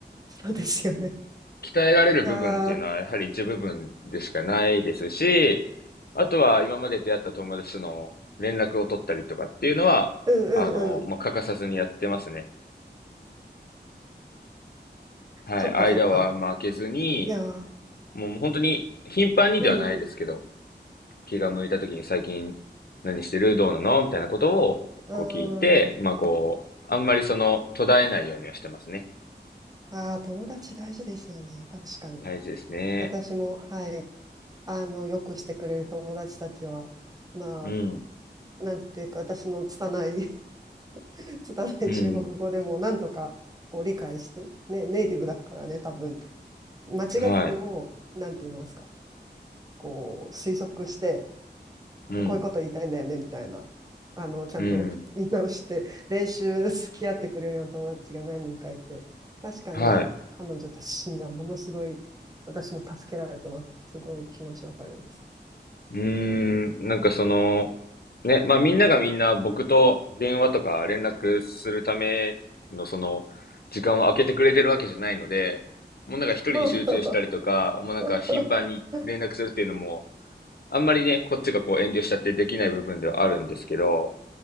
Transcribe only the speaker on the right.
そうですよね。
いやー、
うんうんうん。
そっかそっか。
いやー、
うん
うん。うーん。
ああ、友達大事ですよね。確かに。
私も、はい。あの、よくしてくれる友達たちは、まあ、
なんていうか、私の拙い <laughs> 拙い中国語でも、
なんとかこう理解して、ね、ネイティブだからね、多分、間違ってても、
なんて言いますか、こう、推測して、
こういうこと言いたいんだよねみたいなあのちゃんと言い直して練習付き合ってくれるような友達が何人かいて確かに彼女たちにはものすごい私も助けられてますすごい気持ちわかります
まあまあま
あ <laughs>